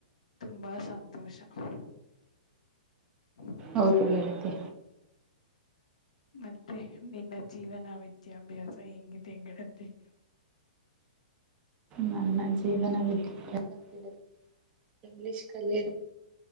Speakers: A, on the left (about 60°); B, on the right (about 25°).
A: ತುಂಬಾ ಸಂತೋಷ ಹ
B: ಹೌದು ಹೇಳಿದ್ದೆ
A: ಮತ್ತೆ ನಿನ್ನ ಜೀವನ ವಿದ್ಯಾಭ್ಯಾಸ ಹೆಂಗಿದೆ ಹೆಂಗಡತಿ
B: ನನ್ನ ಜೀವನ ವಿಿದ್ಯಾಭ್ಯಾಸ ಇಂಗ್ಲಿೀಷ್ ಕಲ್ಯಾಣ